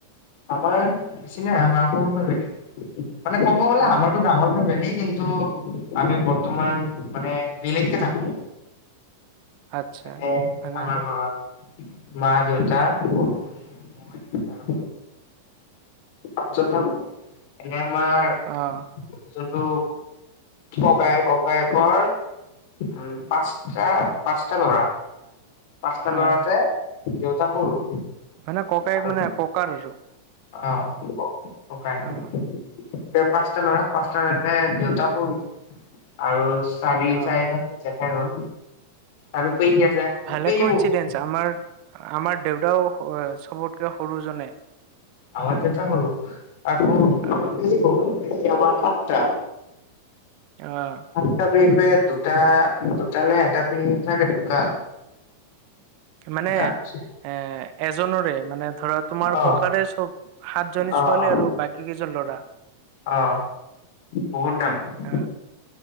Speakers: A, on the left (about 55°); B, on the right (about 50°).
A: আমাৰ বেছি নাই আমাৰ সৰু ফেমেলি মানে ক'ব গ'লে
B: অ'
A: আমাৰটো ডাঙৰ ফেমিলি কিন্তু আমি বৰ্তমান মানে বিলেগকে থাকো
B: আচ্ছা
A: এনে
B: মানে
A: আমাৰ ঘৰত মা দেউতা সৰু ভনী মই আৰু পাঁচজন থাকো এনে আমাৰ
B: অ'
A: যোনটো ককায়েক ককায়েকৰ উম পাঁচটা পাঁচটা ল'ৰা পাঁচটা
B: অ'
A: ল'ৰাতে দেউতা সৰু
B: মানে ককায়েক
A: আৰু
B: মানে ককাৰ আৰু
A: অ' ককায়েক
B: অ'
A: পাঁচটা ল'ৰা পাঁচটাতে দেউতা সৰু আৰু চাৰি
B: অ'
A: চাৰিজনতো জেঠাই হল আৰু পেহী আছে মোৰ
B: ভালে
A: পেহী
B: কোইনঞ্চিডেন্ঞ্চ
A: বহুত
B: আমাৰ আমাৰ দেউতাও চবতকে সৰু জনে
A: আমাৰ দেউতা সৰু আকৌ আমাৰ
B: অ'
A: পেহী বহুত পেহী আমাৰ সাতটা
B: অ
A: সাতটা পেহী পৰা দুটা দুটা নে এটা পেহী চাগে ঢুকাল
B: মানে
A: তাৰপিছত
B: এ এজনৰে মানে ধৰা তোমাৰ
A: অ
B: ককাৰে চব সাতজনী
A: অ
B: ছোৱালী
A: অ
B: আৰু বাকী কেইজন ল'ৰা
A: অ বহুত ডাঙৰ
B: অ